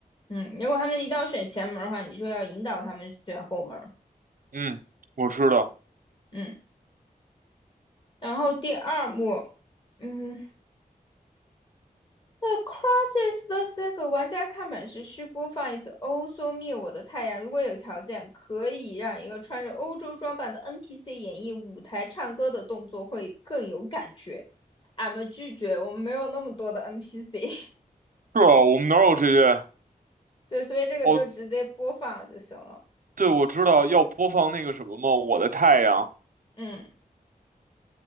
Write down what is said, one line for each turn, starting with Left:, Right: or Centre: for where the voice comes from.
Left: 嗯，如果他们一定要选前门的话，你就要引导他们选后门。
Right: 嗯，我知道，
Left: 嗯，然后第二幕，嗯，对，crosses the circle，玩家看本时需播放一次《Also Me 我的太阳》。如果有条件，可以让一个穿着欧洲装扮的 NPC 演绎舞台唱歌的动作，会更有感觉。俺们拒绝，我们没有那么多的 NPC。
Right: 是啊，我们哪有这些？
Left: <laughs> 对，所以这个就直接播放就行了。
Right: 哦，对，我知道要播放那个什么吗？我的太阳。
Left: 嗯，